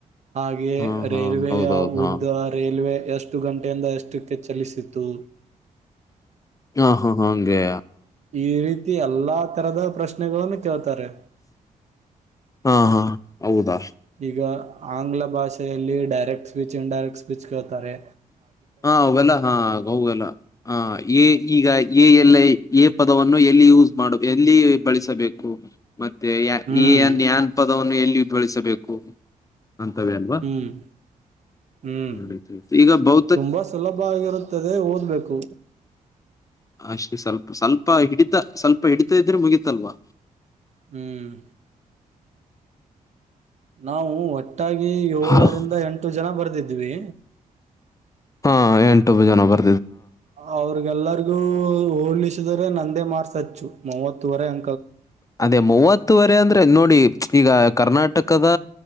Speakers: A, on the right; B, on the left.
A: ಹಾಗೆ
B: ಹಾ
A: ರೇಲ್ವೆಯ
B: ಹಾ ಹೌದೌದು
A: ಒಂದು
B: ಹಾ
A: ರೇಲ್ವೆ. ಎಷ್ಟು ಗಂಟೆಯಿಂದ ಎಷ್ಟಕ್ಕೆ ಚಲಿಸಿತು.
B: ಹಾ ಹಾ ಹಾ ಹಂಗೇ.
A: ಈ ರೀತಿ ಎಲ್ಲಾ ತರದ ಪ್ರಶ್ನೆಗಳನ್ ಕೇಳ್ತಾರೆ.
B: ಹಾ ಹಾ ಹೌದಾ.
A: ಈಗ ಆಂಗ್ಲ ಭಾಷೆಯಲ್ಲಿ ಡೈರೆಕ್ಟ್ ಸ್ಪೀಚ್ ಇನ್ಡೈರೆಕ್ಟ್ ಸ್ಪೀಚ್ ಕೇತಾರೆ.
B: ಹಾ ಅವೆಲ್ಲ ಹಾಲ್ಲ ಹ ಈಗ ಎಲ್ಲ ಪದ. ಎಲ್ಲಿ ಯೂಸ್ ಮಾಡ ಎಲ್ಲಿ ಬಳಸಬೇಕು. ಮತ್ತೆ ಯ
A: ಹ್ಮ್
B: ಈನ್ನ್ ಪದವನ್ನು ಎಲ್ಲಿಯ ಬಳಸಬೇಕು. ಅಂತವ ಅಲ್ವಾ
A: ಹ್ಮ್ ಹ್ಮ್
B: ನೋಡ ಈಗ ಬೌ
A: ತುಂಬಾ ಸುಲಭ ಆಗಿರುತ್ತದೆ ಓದ್ಬೇಕು
B: ಅಷ್ಟೇ ಸ್ವಲ್ಪ ಸ್ವಲ್ಪ ಸ್ಪ ಹಿಡಿತ ಸ್ವಲ್ಪ ಹಿಡಿತ ಇದ್ರೆ ಮುಗಿತಲ್ವಾ
A: ಹ್ಮ್ ನಾವು ಒಟ್ಟಾಗಿ ಏಳರಿಂದ
B: ಹಾ
A: ಎಂಟು ಜನ ಬರ್ದಿದ್ವಿ
B: ಹಾ ಎಂಟುಬ್ ಜನ ಬರು
A: ಅವ್ರಿಗೆಲ್ಲರಿಗ ಹೋಿಸಿದ್ರೆ ನಂದೇ ಮಾರ್ಸಚ್ಚು ಮೂವತ್ತವರೆ ಅ
B: ಅದೇ ಮೂವತ್ತು ಹತ್ತುವರೆ ಅಂದ್ರೆ ನೋಡಿ ಈಗ ಕರ್ನಾಟಕದ